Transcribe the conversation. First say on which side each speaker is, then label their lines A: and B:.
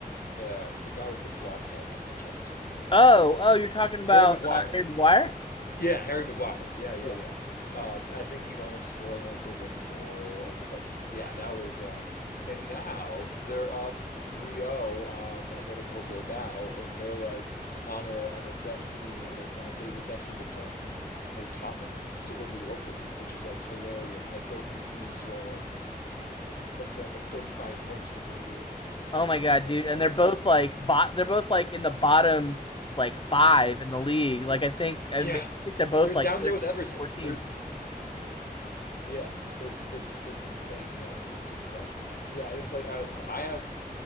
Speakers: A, on the left; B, on the left.
A: Uh, the guy with the blockhead on Manchester United,
B: Oh,
A: whose name
B: oh, you're talking about
A: Harry Maguire.
B: uh, Harry Maguire?
A: Yeah, Harry Maguire. Yeah, yeah,
B: Yeah.
A: yeah. Um, I think he wound up scoring like the winning goal. It's just like, yeah, that was. Um, and now they're up three zero on Atletico Bilbao, and they're like on a on a destiny on a on a date with destiny to play, play Tottenham to win the Europa League, which is like hilarious that both these teams who are like like they have like 35 points in the Premier
B: Oh
A: League
B: my God,
A: and they're
B: dude.
A: gonna play
B: And they're
A: to
B: both
A: win. the
B: like
A: Europa League.
B: bot they're both like in the bottom like five in the league. Like I think I
A: Yeah,
B: mean, I think they're both
A: they're
B: like
A: down
B: thirteen,
A: there with Everton.
B: fourteen.
A: They're Yeah, it's it's it's insane that these two clubs. Yeah, and it's like I don't know. I have